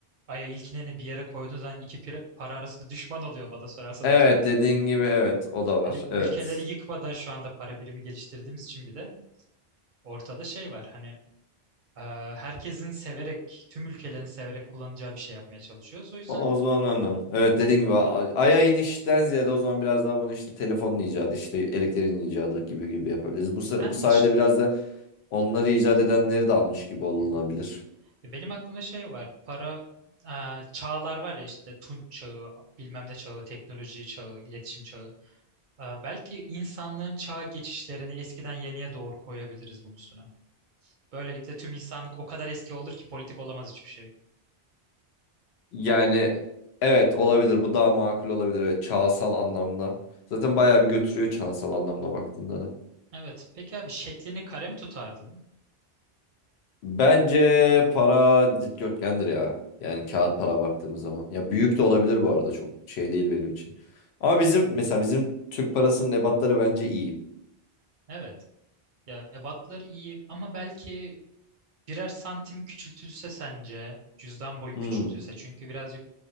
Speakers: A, on the right (about 60°); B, on the left (about 80°).
A: Ay'a ilkineni bir yere koyduğun zaman iki pira- para arasında düşman oluyor bana sorarsan
B: Evet
A: otomatik.
B: dediğin gibi evet o da var.
A: Yani
B: Evet.
A: ülkeleri yıkmadan şu anda para birimi geliştirdiğimiz için bir de ortada şey var. Hani e, herkesin severek, tüm ülkelerin severek kullanacağı bir şey yapmaya çalışıyoruz. O yüzden
B: O o zaman anladım. Evet dediğin gibi a- Ay'a inişten ziyade o zaman biraz daha bunu işte telefonun icadı işte elektriğin icadı gibi gibi yapabiliriz. Bu, sa-
A: ben
B: bu sayede biraz da onları icat edenleri de almış gibi olunabilir.
A: Hı hı. Benim aklımda şey var. Para e, çağlar var ya işte Tunç çağı, bilmem ne çağı, teknoloji çağı, iletişim çağı. E, belki insanlığın çağ geçişlerini eskiden yeniye doğru koyabiliriz bunun üstüne. Böylelikle tüm insanlık o kadar eski olur ki politik olamaz hiçbir şey.
B: Yani evet olabilir bu daha makul olabilir evet çağsal anlamda. Zaten
A: Hı
B: bayağı
A: hı.
B: bir götürüyor çağsal anlamda baktığında da.
A: Evet. Peki abi şeklini kare mi tutardın?
B: Bence para dikdörtgendir ya. Yani kağıt para baktığımız zaman. Ya büyük
A: Hı hı.
B: de olabilir bu arada çok şey değil benim için. Ama bizim mesela bizim Türk parasının ebatları bence iyi.
A: Evet. Ya ebatları iyi ama belki birer santim küçültülse sence cüzdan boyu
B: Hmm.
A: küçültülse çünkü birazcık